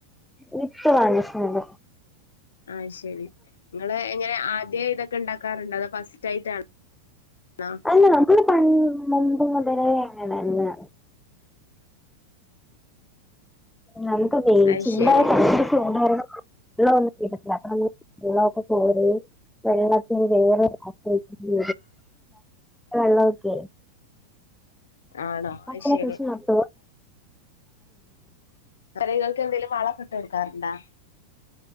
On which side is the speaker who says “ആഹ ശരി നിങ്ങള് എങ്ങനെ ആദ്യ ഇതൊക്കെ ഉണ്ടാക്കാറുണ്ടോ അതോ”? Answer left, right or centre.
Left